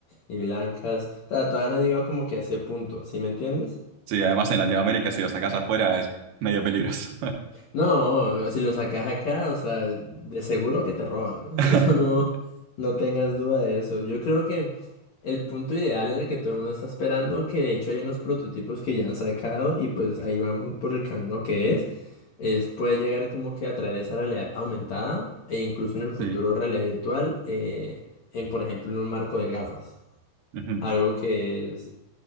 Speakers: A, on the left; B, on the right.
A: y blancas. O sea, todavía no han llegado como que a ese punto, ¿sí me entiendes?
B: Sí, además en Latinoamérica si lo sacás afuera es medio peligroso.
A: No, si lo sacas acá, o sea, de seguro que te roban. <laughs>
B: <laughs>
A: Eso no, No tengas duda de eso. Yo creo que el punto ideal en el que todo el mundo está esperando, que de hecho hay unos prototipos que ya han sacado y pues ahí van por el camino que es, es puede llegar como que a traer esa realidad aumentada e incluso en el futuro
B: Sí.
A: realidad virtual, eh, en por ejemplo en un marco de gafas.
B: Ujú.
A: Algo que es